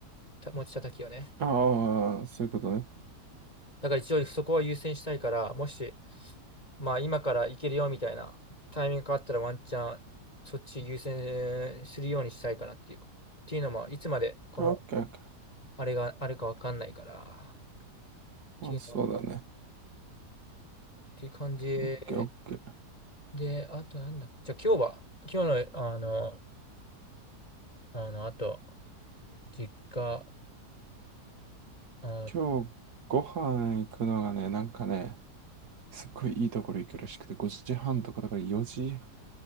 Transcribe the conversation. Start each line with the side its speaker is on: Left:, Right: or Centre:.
Left: た持ち叩きをね。
Right: ああ、そういうことね。
Left: だから一応そこは優先したいから、もし、まあ今から行けるよみたいなタイミングがあったらワンチャンそっち優先するようにしたいかなっていうか。っていうのも、いつまでこの
Right: オッケーオッケー。
Left: あれがあるかわかんないから。っていうの、
Right: まあ、そうだね。
Left: っていう感じ
Right: オッケーオッケー。
Left: で、あとなんだ。じゃあ今日は、今日のあの、あの、あと、実家、あ、なん
Right: 今日ご飯行くのがね、なんかね、すっごいいいところ行くらしくて、5時半とかだから4